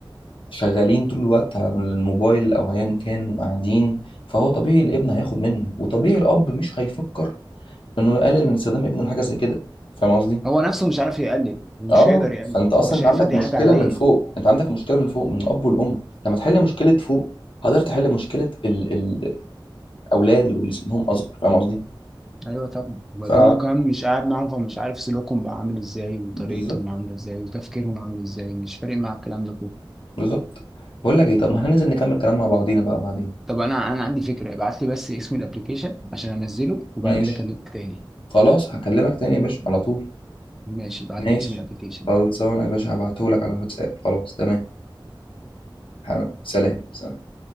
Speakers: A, on the left; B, in the centre.
A: شغالين طول الوقت على الموبايل أو أيا كان وقاعدين فهو طبيعي الابن هياخد منه وطبيعي الأب مش هيفكر إنه يقلل من استخدام ابنه لحاجة زي كده فاهم قصدي؟
B: هو نفسه مش عارف يقلل ومش
A: اه
B: هيقدر يقلل
A: فانت اصلا
B: فهو شايفها
A: انت عندك
B: دي
A: مشكله
B: حاجه عاديه
A: من فوق انت عندك مشكله من فوق من الاب والام لما تحل مشكله فوق قدرت تحل مشكله ال... ال- الاولاد واللي سنهم اصغر فاهم قصدي
B: ايوه طبعا وبعدين
A: ف
B: هو كمان مش قاعد معاهم فمش عارف سلوكهم بقى عامل ازاي وطريقتهم
A: بالظبط
B: عامله ازاي وتفكيرهم عامل ازاي مش فارق مع الكلام ده كله
A: بالظبط بقول لك ايه طب
B: اه
A: ما هننزل نكمل كلام مع بعضينا بقى بعدين
B: طب انا انا عندي فكره ابعت لي بس اسم الابلكيشن عشان انزله وبعد
A: ماشي
B: كده اكلمك تاني
A: خلاص هكلمك تاني يا باشا على طول
B: ماشي ابعت
A: ماشي
B: لي اسم الابلكيشن
A: خلصانه يا باشا هبعتهولك على الواتساب خلاص تمام حاضر. سلام سلام